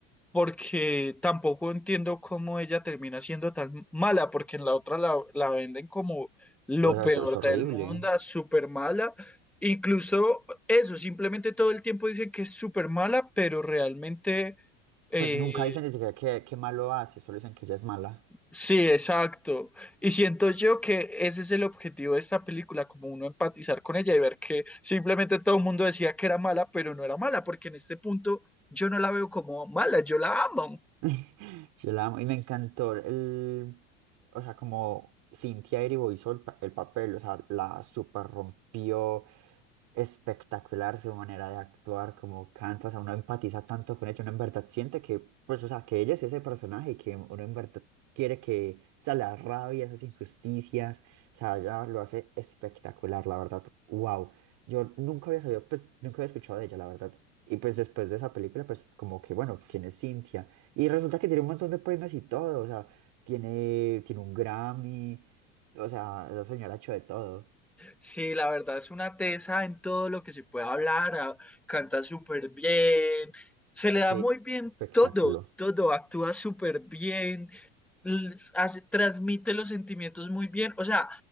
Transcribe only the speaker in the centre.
porque tampoco entiendo cómo ella termina siendo tan mala, porque en la otra la, la venden como lo
peor
del mundo, súper mala. Incluso eso, simplemente todo el tiempo dicen que es súper mala, pero realmente eh,
sí, exacto. Y siento yo que ese es el objetivo de esta película, como uno empatizar con ella y ver que simplemente todo el mundo decía que era mala, pero no era mala, porque en este punto yo no la veo como mala, yo la amo.
Sí, la verdad es una tesa en todo lo que se puede hablar, a- canta súper bien, se le da
muy bien
todo, todo, actúa súper bien, l- hace- transmite los sentimientos muy bien, o sea,